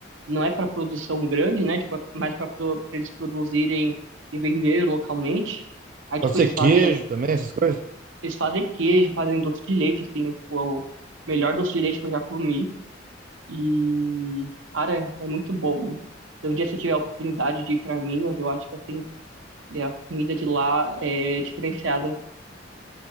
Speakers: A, on the right; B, on the right.
A: não é para produção grande, né? Tipo, mas para eles produzirem e vender localmente. Aí, tipo,
B: Pode ser
A: eles fazem,
B: queijo também, essas coisas.
A: eles fazem queijo, fazem doce de leite, assim, tipo, é o melhor doce de leite que eu já comi. E, cara, é muito bom. hein? Se um dia você tiver a oportunidade de ir para Minas, eu acho que, assim, é, a comida de lá é diferenciada.